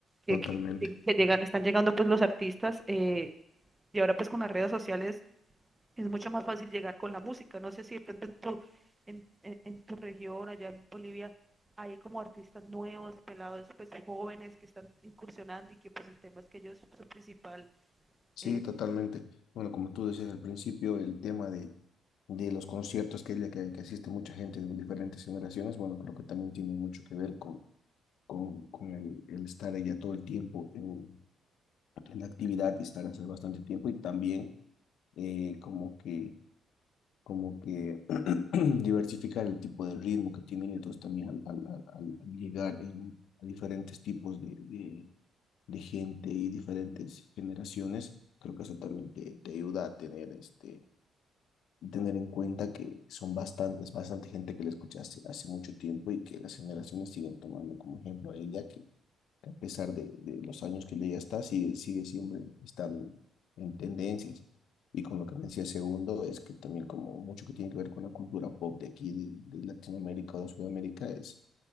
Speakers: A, on the right; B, on the left.
A: que,
B: totalmente.
A: que- que- que llegan, están llegando pues los artistas eh, y ahora pues con las redes sociales es mucho más fácil llegar con la música. No sé si de pronto en tu, en, en- en tu región, allá en Bolivia, hay como artistas nuevos, pelados, pues jóvenes que están incursionando y que pues el tema es que ellos, su principal...
B: Sí,
A: eh,
B: totalmente. Bueno, como tú decías al principio, el tema de, de los conciertos que, que, que asiste mucha gente de diferentes generaciones, bueno, creo que también tiene mucho que ver con, con, con el, el estar ella todo el tiempo en, en actividad y estar hace bastante tiempo y también eh, como que, como que <clears throat> diversificar el tipo de ritmo que tienen, entonces también al, al, al, al- al llegar en, a diferentes tipos de, de gente y diferentes generaciones, creo que eso también te, te ayuda a tener, este, tener en cuenta que son bastantes, bastante gente que la escucha hace, hace mucho tiempo y que las generaciones siguen tomando como ejemplo a ella, que, que a pesar de, de los años que ella ya está, sigue, sigue siempre estando en, en tendencias. Y con lo que me decía segundo, es que también como mucho que tiene que ver con la cultura pop de aquí, de, de Latinoamérica o de Sudamérica, es